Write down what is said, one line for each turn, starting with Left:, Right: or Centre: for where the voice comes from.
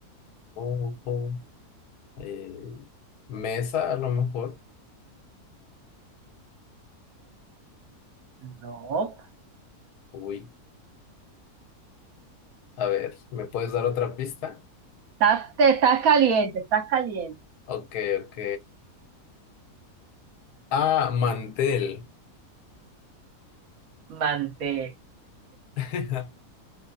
Left: ojo. Eh, mesa, a lo mejor.
Right: No,
Left: Uy, a ver, ¿me puedes dar otra pista?
Right: Estás, te estás caliente, estás caliente.
Left: Ok, ok. Ah, mantel.
Right: mantel.
Left: <laughs>